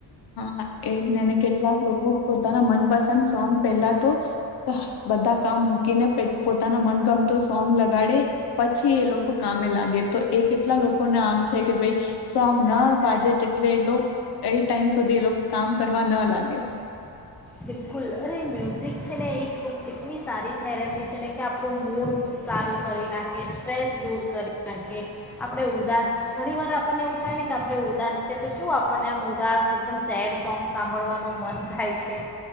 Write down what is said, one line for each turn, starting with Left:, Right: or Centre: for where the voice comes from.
Left: હા એજ ને અને કેટ કેટલાક લોકો પોતાના મનપસંદ સન સોંગ પેલા તો બધા કામ મુક કીને પે પોતાના મનગમતો સોંગ લ ગાડે પછી એ લોકો કામે લાગે તો એ કેટલા લોકોને આમ છે કે ભઈ સોંગ ના વાજે તેટલે એટલો એ ટાઈમ સુધી એ લોકો કામ કરવા ન લાગે.
Centre: બિલકુલ અરે મ્યુઝિક છે ને એક એટલી સારી થેરેપી છે ને કે આપણું મૂડ સારું કરી નાખે, સ્ટ્રેસ દૂર કરી નાખે, આપણે ઉદાસ ઘણીવાર આપણને એવું થાય ને કે આપણે ઉદાસ છે તો કેવું આપણને આમ ઉદાસ એકદમ સેડ સોંગ સાંભળવાનું મન થાય છે.